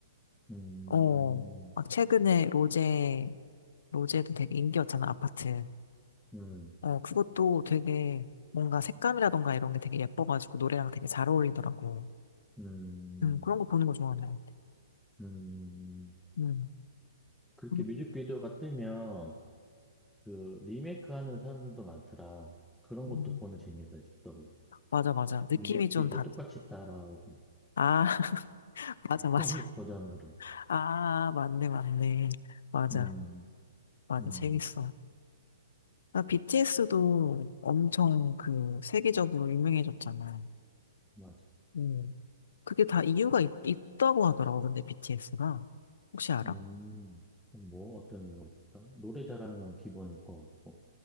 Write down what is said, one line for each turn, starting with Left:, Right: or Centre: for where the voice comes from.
Centre: 음,
Left: 어, 막 최근에 로제, 로제도 되게 인기였잖아, 아파트.
Centre: 음,
Left: 어, 그것도 되게 뭔가 색감이라던가 이런 게 되게 예뻐가지고 노래랑 되게 잘 어울리더라고.
Centre: 음,
Left: 음, 그런 거 보는 거 좋아하는 것 같아.
Centre: 음.
Left: 음,
Centre: 그렇게
Left: 음,
Centre: 뮤직비디오가 뜨면 그 리메이크 하는 사람들도 많더라. 그런 것도
Left: 음.
Centre: 보는 재미가 있더라고.
Left: 맞아, 맞아. 느낌이
Centre: 뮤직비디오
Left: 좀 다,
Centre: 똑같이 따라하고,
Left: 아, <laughs> 맞아, 맞아.
Centre: 코믹 버전으로.
Left: 아, 맞네, 맞네. 맞아,
Centre: 음,
Left: 맞아.
Centre: 음,
Left: 재밌어. 아, BTS도 엄청 그 세계적으로 유명해졌잖아.
Centre: 맞아.
Left: 음, 그게 다
Centre: 맞아.
Left: 이유가 있, 있다고 하더라고, 근데 BTS가. 혹시 알아?
Centre: 음, 뭐, 어떤 이유가 있을까? 노래 잘하는 건 기본일 것 같고,